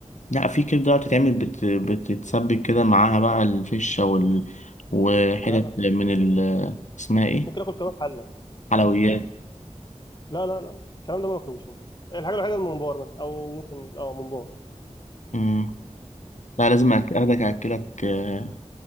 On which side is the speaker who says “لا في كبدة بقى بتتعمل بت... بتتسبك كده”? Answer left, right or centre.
Left